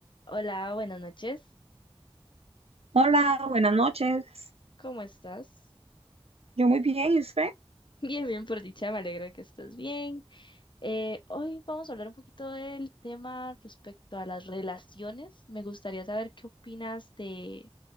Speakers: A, on the left; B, on the right.
A: Hola, buenas noches.
B: Hola, buenas noches.
A: ¿Cómo estás?
B: Yo muy bien, ¿y usted?
A: <laughs> Bien, bien, por dicha, me alegra que estés bien. Eh, hoy vamos a hablar un poquito del tema respecto a las relaciones. Me gustaría saber qué opinas de